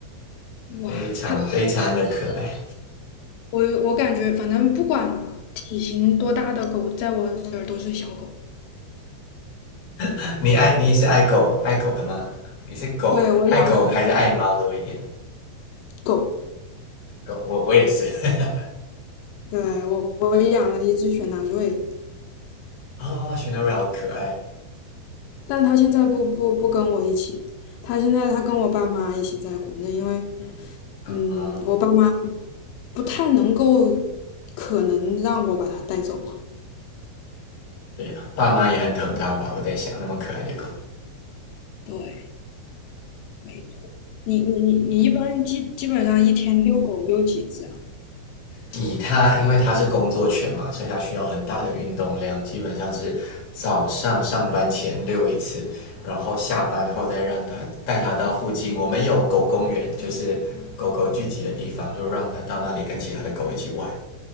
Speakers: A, on the left; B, on the left.
A: 哇，
B: 非常非常的可爱。
A: 它，它我我感觉反正不管体型多大的狗，在我这儿都是小狗。
B: <laughs> 你爱你也是爱狗爱狗的吗？你是狗爱狗还是爱猫多一点？
A: 对，我养狗，
B: 狗我我也是。<laughs>
A: 对，我我养了一只雪纳瑞，
B: 哦，雪纳瑞好可爱。
A: 但它现在不不不跟我一起，它现在它跟我爸妈一起在国内，因为
B: 啊，
A: 嗯，我爸妈不太能够，可能让我把它带走。
B: 对了，爸妈也很疼它吧？我在想，那么可爱的狗，
A: 对。没错你你你你一般人基基本上一天遛狗遛几次啊？
B: 以它，因为它是工作犬嘛，所以它需要很大的运动量，基本上是早上上班前遛一次，然后下班后再让它带它到附近，我们有狗公园，就是狗狗聚集的地方，就让它到那里跟其他的狗一起玩。